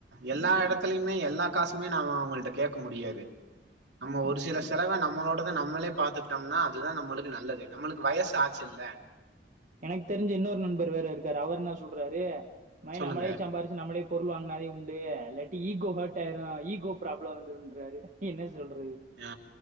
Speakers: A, on the right (about 75°); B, on the right (about 45°).
A: எல்லா
B: ம் ம்
A: எடத்த துலுமே எல்லா காசுமே நாம அவுங்கள்ட கேக்க முடியாது நம்ம
B: ம்
A: ஒரு
B: ம்.
A: சில செலவ நம்மளோடத நம்மளே பாத்துகிட்டோம்னா அதுதான் நம்புளுக்கு நல்லது நம்புளுக்கு வயசு ஆச்சுல்ல
B: எனக்கு தெரிஞ்ச இன்னொரு நண்பர் வேற இருக்காரு அவர் என்ன சொல்றாரு்
A: சொல்லுங்க
B: நம்மளே சாம்பாரிச்சு நம்மளே பொருள் வாங்கினாதே உண்டு இல்லாட்டி ஈகோ ஹேட் ஆயிரும் ஈகோ ப்ராப்ளம் வந்துருன்ராரு என்ன சொல்றது
A: ஆ